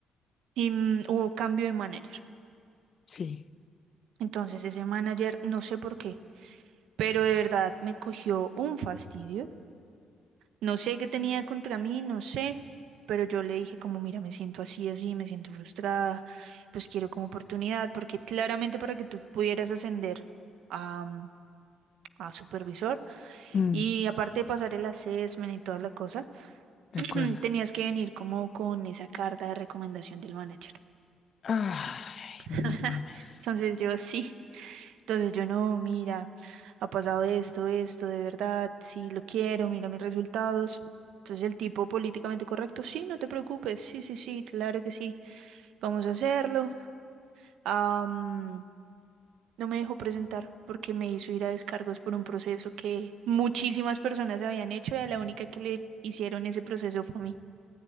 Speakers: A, on the right (about 80°); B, on the left (about 50°).
A: y, mm, hubo cambio de manager.
B: Sí.
A: Entonces ese manager, no sé por qué, pero de verdad me cogió un fastidio No sé qué tenía contra mí, no sé, pero yo le dije como, mira, me siento así, así, me siento frustrada, pues quiero como oportunidad, porque claramente para que tú pudieras ascender a, mm, a supervisor
B: Mm,
A: y aparte de pasar el assessment y toda la cosa,
B: De
A: <clears throat>
B: acuerdo.
A: tenías que venir como con esa carta de recomendación del manager.
B: Ay,
A: <laughs>
B: no mames.
A: Entonces yo sí. Entonces yo no, mira, ha pasado esto, esto, de verdad, sí lo quiero, mira mis resultados. Entonces el tipo políticamente correcto, sí, no te preocupes, sí, sí, sí, claro que sí, vamos a hacerlo. Am, no me dejó presentar porque me hizo ir a descargos por un proceso que muchísimas personas habían hecho y a la única que le hicieron ese proceso fue a mí.